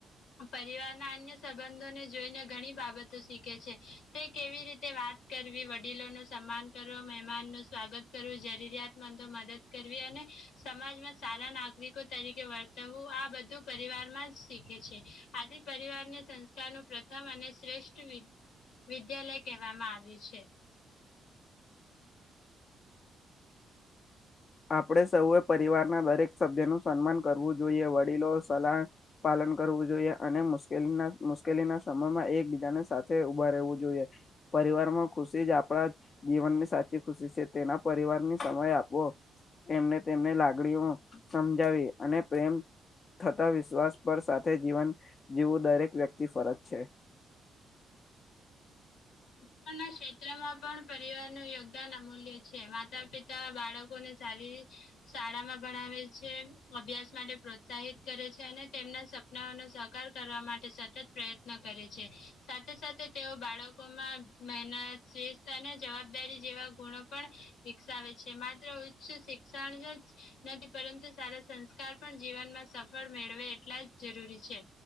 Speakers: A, on the left; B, on the left.
A: પરિવારના અન્ય સંબંધોને જોઈને ઘણી બાબત શીખે છે તે કેવી રી તે વાત કરવી, વડીલો નું સન્માન કરવુ, મહેમાન નું સ્વાગત કરવું, જરૂરિયાતમંદો મદદ કરવી અને સમાજમાં સારા નાગરિકો તરીકે વર્તવવું આ બધું પરિવારમાં જ શીખે છે. આથી પરિવારને સંસ્કારનું પ્રથમ અને શ્રેષ્ઠ વિદ્યાલય કહેવામાં આવ્યું છે.
B: આપડે સૌએ પરિવારના દરેક સભ્ય નું સન્માન કરવું જોઈએ વડીલો સલાહ પાલન કરવું જોઈએ અને મુશ્કેલી મુશ્કેલીના સમયમાં એકબીજાને સાથે ઉભા રહેવું જોઈએ. પરિવાર માં ખુશી જ આપડા જીવનની સાચી ખુશી છે. તેના પરિવારને સમય આપવો એમને તેમને લાગણીઓ સમજાવી અને પ્રેમ થતા વિશ્વાસ પર સાથે જીવન જીવું દરેક વ્યક્તિ ફરજ છે.
A: <unintelligible> ક્ષેત્રમાં પણ પરિવાર નું યોગદાન અમૂલ્ય છે. માતા પિતા બાળકો ને સારી શાળામાં ભણાવે છે. અભ્યાસ માટે પ્રોત્સાહિત કરે છે અને તેમના સપનાઓને સાકાર કરવા માટે સતત પ્રયત્ન કરે છે સાથે સાથે તેઓ બાળકોમાં મહેનત શિસ્ત અને જવાબદારી જેવા ગુણો પણ વિકસાવે છે માત્ર ઉચ્ચ શી શણનું જ નથી પરંતુ સારા સંસ્કાર પણ જીવનમાં સફળ મેળવે એટલા જ જરૂરી છે.